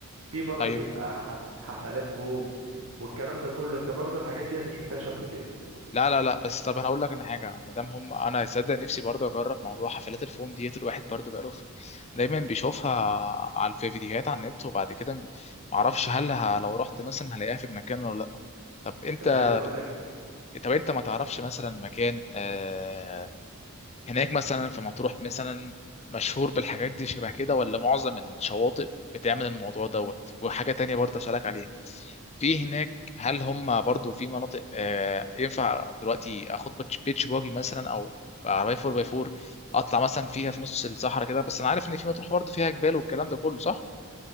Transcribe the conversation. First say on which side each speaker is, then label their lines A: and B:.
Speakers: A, on the right; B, on the left.
A: في برضو
B: طيب
A: بيبقى ح- حفلات فوم والكلام ده كله انت برضو الحاجات ديت ما شفتهاش قبل كده
B: لا لا لا بس طب انا هقول لك انا حاجه ما دام هم انا صدق نفسي برضه اجرب موضوع حفلات الفوم ديت الواحد برضه بقاله في... دايما بيشوفها على في فيديوهات على النت وبعد كده ما اعرفش هل ه... لو رحت مثلا هلاقيها في المكان ولا لا طب انت
A: انا عايز اقول لك
B: طب انت ما تعرفش مثلا مكان آه، هناك مثلا في مطروح مثلا مشهور بالحاجات دي شبه كده ولا معظم الشواطئ بتعمل الموضوع دوت وحاجة تانية برضه أسألك عليها في هناك هل هم برضه في مناطق آه، ينفع دلوقتي اخد بيتش بيتش باجي مثلا او عربية 4 باي 4 اطلع مثلا فيها في نص الصحراء كده بس انا عارف ان في مطروح برضه فيها جبال والكلام ده كله صح